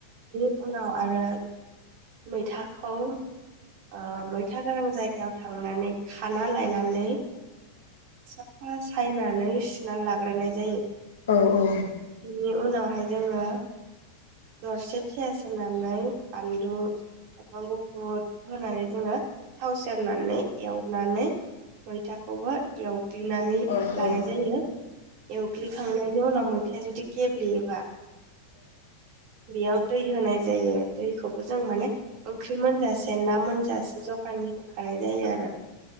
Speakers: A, on the right (about 45°); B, on the left (about 60°).
A: उनाव। आरो मैथाखौ। अ मैथा गोनां जायगायाव। थांनानै खाना लायनानै। साफा सायना। नै सुना लाग्रोनाय जायो।
B: औ औ।
A: बिनि उनावहाय जोङो दरसे पियास एबा। नानै। फानलु हरनांगौ। गुद होनानै जोङो थाव सेरनानै एवनानै मैथाखौबो एवग्लिनानै
B: नों
A: लानाय जायो एवग्लिखांनायनि उनाव मैथाया जुदि गेब्लेयोबा बेयाव दै होनाय। जायो दैखौबो जों माने ओंख्रि मोनजासे ना मोनजासे जखानि होखानाय जायो आरो